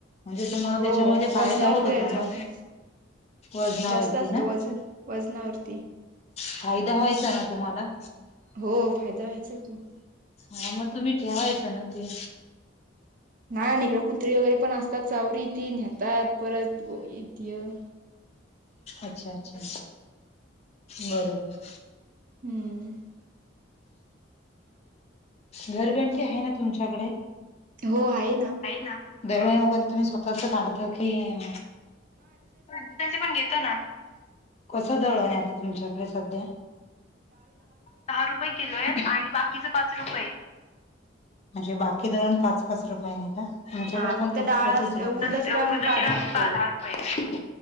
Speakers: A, on the left; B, on the right.
A: म्हणजे तुम्हाला
B: हो
A: त्याच्यामध्ये फायदा
B: वजनावरती
A: होत होता
B: द्यायचो
A: ना?
B: आम्ही
A: वजनावरती
B: जास्त असत
A: ना?
B: वजन वजनावरती
A: फायदा व्हायचा ना तुम्हाला?
B: हो फायदा व्हायचा की.
A: हा मग तुम्ही ठेवायचं ना ते?
B: नायन इकड कुत्री वगैरे पण असतात चावरी ती नेतात परत येतील.
A: अच्छा! अच्छा! बरोबर
B: हम्म
A: घरघंटी आहे ना तुमच्याकडे?
B: हो आहे ना.
A: आहे ना दळन वगैरे तुम्ही स्वतःच काढता की अं? लोकांचे पण घेतो ना, कसं दळणये आता तुमच्यात, आता सध्द्या? दहा रुपये किलोय आणि बाकीच पाच रुपये. म्हणजे बाकी दळण पाच पाच रुपये ने का? आमच्याकडे
B: हा
A: पण
B: फक्त
A: पाच
B: डाळ
A: पाच
B: अस
A: च रुपये
B: उडदाची डाळ ही पा
A: <inaudible>
B: रुपये.
A: दहा रुपये.